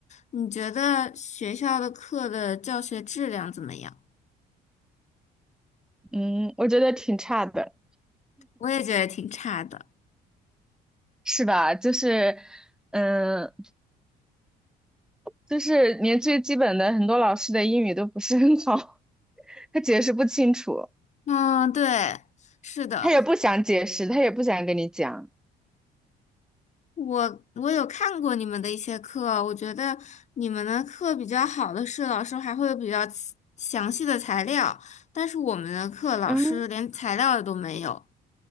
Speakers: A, on the left (about 45°); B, in the centre.
A: 你觉得学校的课的教学质量怎么样？
B: 嗯，我觉得挺差的，
A: 我也觉得挺差的。
B: 是吧？就是，嗯，就是连最基本的很多老师的英语都不是很好，<laughs> 他解释不清楚，
A: 嗯，对，是的，
B: 他也不想解释，他也不想跟你讲。
A: 我我有看过你们的一些课，我觉得你们的课比较好的是老师还会有比较详详细的材料，但是我们的课老师连材料都没有，
B: 嗯。